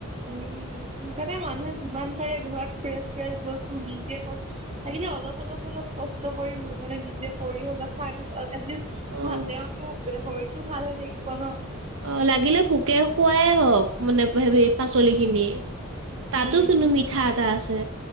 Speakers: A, on the right; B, on the right.
A: উম, তাতে মানুহে যিমান পাৰে, ঘৰত ফ্ৰেছ, ফ্ৰেছ বস্তু, নিজে হওক লাগিলে, অলপ, অলপ, অলপ কষ্ট কৰি মানে, নিজে কৰি হ'লেও খাই, এটলিষ্ট
B: অ
A: ভাল, তেওঁতো শৰীৰটো ভাল হৈ থাকিব ন।
B: অ', লাগিলে পোকে খুৱাই হওক, মানে হে পাচলি খিনি। তাতো
A: উম,
B: কিন্তু, মিঠা এটা আছে।